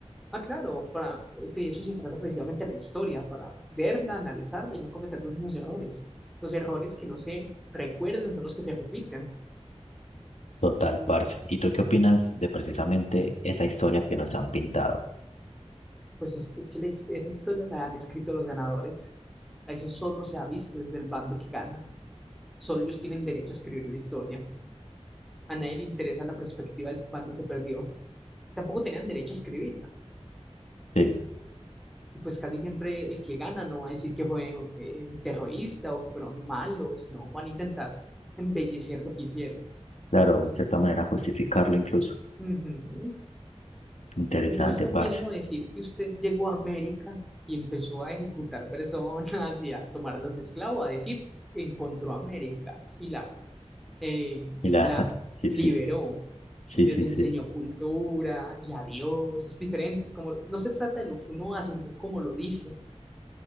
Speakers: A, in the centre; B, on the left.
A: Ah, claro, para, de eso se trata precisamente la historia, para verla, analizarla y no cometer los mismos errores. Los errores que no se recuerden son los que se repiten.
B: Total, parce. ¿Y tú qué opinas de precisamente esa historia que nos han pintado?
A: Pues es, es que la his- esa historia la han escrito los ganadores. a Eso solo se ha visto desde el bando que gana. Solo ellos tienen derecho a escribir la historia. A nadie le interesa la perspectiva del bando que perdió. Tampoco tenían derecho a escribirla.
B: Sí,
A: Y pues casi siempre el que gana no va a decir que fue eh, un terrorista o que fueron malos. No, van a intentar embellecer lo que hicieron.
B: claro, en cierta manera justificarlo incluso.
A: Ujú.
B: Interesante,
A: No es lo
B: parce.
A: mismo decir que usted llegó a América y empezó a ejecutar <laughs> personas y a tomarlas de esclavo, a decir que encontró América y la, eh,
B: Y la,
A: la
B: <laughs> sí, sí,
A: liberó
B: sí,
A: y les
B: sí,
A: enseñó
B: sí,
A: cultura y a Dios. Es diferente, como no se trata de lo que uno hace, sino cómo lo dice.